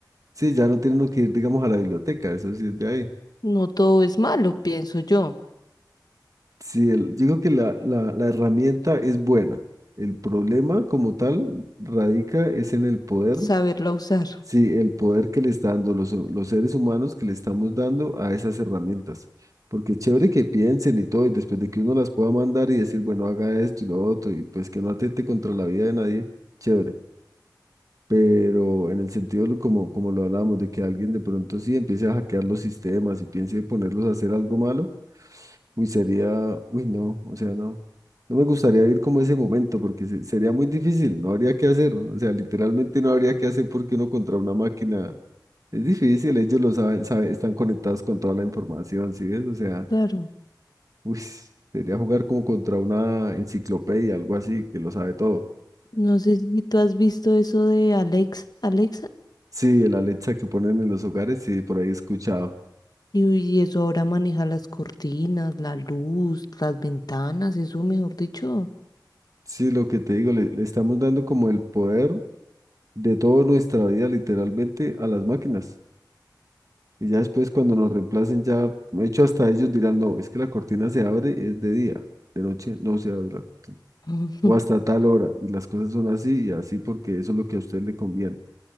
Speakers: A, on the right (about 50°); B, on the left (about 60°).
A: Sí, ya no tiene uno que ir, digamos, a la biblioteca, eso sí es de ahí.
B: no todo es malo, pienso yo,
A: Sí, el- yo creo que la, la, la herramienta es buena. El problema como tal radica es en el poder,
B: saberla usar.
A: sí, el poder que le está dando los, los seres humanos que le estamos dando a esas herramientas. Porque chévere que piensen y todo, y después de que uno las pueda mandar y decir, bueno, haga esto y lo otro, y pues que no atente contra la vida de nadie, chévere. pero en el sentido lo- como, como lo hablábamos, de que alguien de pronto sí empiece a hackear los sistemas y piense ponerlos a hacer algo malo, uy, sería, uy, no, o sea, no, no me gustaría ir como ese momento porque se- sería muy difícil, no habría que hacer, o sea, literalmente no habría que hacer porque uno contra una máquina es difícil, ellos lo saben, saben, están conectados con toda la información, ¿sí ves? O sea,
B: Claro,
A: uy, sería jugar como contra una enciclopedia, algo así, que lo sabe todo.
B: no sé si tú has visto eso de Alexa, Alexa,
A: Sí, el Alexa que ponen en los hogares, sí, por ahí he escuchado.
B: y, y eso ahora maneja las cortinas, la luz, las ventanas, eso mejor dicho.
A: Sí, lo que te digo, le, le estamos dando como el poder de toda nuestra vida literalmente a las máquinas. Y ya después cuando nos reemplacen, ya, de hecho, hasta ellos dirán, no, es que la cortina se abre, es de día, de noche no se abre la cortina.
B: <laughs>
A: O hasta tal hora, y las cosas son así y así porque eso es lo que a usted le conviene.